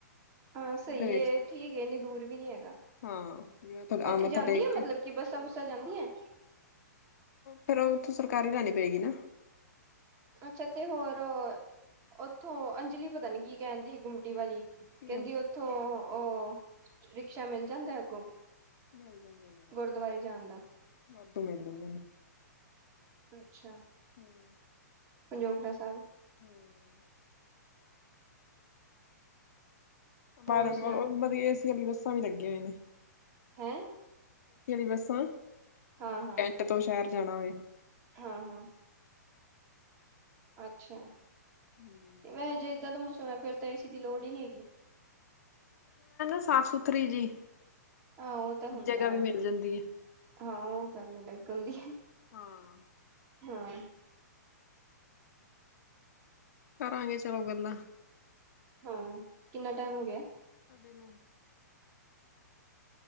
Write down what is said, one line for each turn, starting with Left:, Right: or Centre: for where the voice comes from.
Right: ਹਾਂ
Left: ਉਹਦੇ
Right: ਸਹੀ
Left: ਵਿੱਚ
Right: ਹੈ, ਠੀਕ ਏ ਇਨੀ ਦੂਰ ਵੀ ਨਹੀਂ ਹੈਗਾ
Left: ਹਾਂ ਜਿਵੇਂ ਤੁਹਾਡਾ
Right: ਉੱਥੇ
Left: ਆ ਮੱਥਾ
Right: ਜਾਂਦੀ
Left: ਟੇਕ
Right: ਆ
Left: ਕੇ
Right: ਮਤਲਬ। ਕਿ ਬੱਸਾਂ ਬੁੱਸਾਂ ਜਾਂਦੀਆਂ।
Left: ਫੇਰ ਉਹ ਥੋਂ ਸਰਕਾਰੀ ਲੈਣੀ ਪਏਗੀ ਨਾ।
Right: ਅੱਛਾ ਤੇ ਹੋਰ ਉੱਥੋਂ ਅੰਜਲੀ ਪਤਾ ਨੀ ਕੀ ਕਹਿਣ ਦੀ ਸੀ ਗੁੰਮਟੀ ਵਾਲੀ।
Left: ਪੀਐਮ
Right: ਕਹਿੰਦੀ ਉੱਥੋਂ ਉਹ ਰਿਕਸ਼ਾ ਮਿਲ ਜਾਂਦਾ ਅੱਗੋਂ।
Left: ਮਿਲ ਜਾਂਦੇ।
Right: ਗੁਰਦੁਆਰੇ ਜਾਣ ਦਾ।
Left: ਵੱਧੂ ਮਿਲ ਲੈਂਦੇ ਮੈਨੂੰ।
Right: ਅੱਛਾ।
Left: ਹਮ
Right: ਪੰਜੋਪੜਾ ਸਾਹਿਬ
Left: <inaudible>
Right: ਹੋਰ
Left: ਬਾਹਰੋਂ
Right: ਸੁਣਾ
Left: ਵਧੀਆ ਏਸੀ ਵਾਲੀ ਬੱਸਾਂ ਵੀ ਲੱਗੀਆਂ ਹੋਈਆਂ ਨੇ।
Right: ਹੈਂ
Left: ਬੱਸਾਂ
Right: ਹਾਂ
Left: ਜਿਵੇਂ
Right: ਹਾਂ
Left: ਕੈਟ ਤੋਂ ਸ਼ਹਿਰ ਜਾਣਾ ਹੋਵੇ। <inaudible>
Right: ਹਾਂ ਹਾਂ ਅੱਛਾ
Left: ਹੂੰ
Right: ਵੈਸ ਜੇ ਏਦਾਂ ਦਾ ਮੌਸਮ ਹੈ ਫੇਰ ਤਾਂ ਏੇਸੀ ਦੀ ਲੋੜ ਹੀ ਨਹੀ ਹੈਗੀ।
Left: ਸਾਫ਼ ਸੁਥਰੀ ਜੀ
Right: ਹਾਂ ਉਹ ਤਾਂ ਹੁੰਦਾ
Left: ਜਗ੍ਹਾ ਵੀ ਮਿਲ ਜਾਂਦੀ ਹੈ।
Right: ਹਾਂ ਉਹ ਕਰਨ ਲੱਗਣ ਹੁੰਦੀ ਹੈ।
Left: ਹਾਂ।
Right: ਹਾਂ।
Left: ਕਰਾਂਗੇ ਚਲੋ ਗੱਲਾਂ।
Right: ਹਾਂ ਕਿੰਨਾ ਟਾਈਮ ਹੋ ਗਿਆ।
Left: ਸਾਡੇ ਨੋ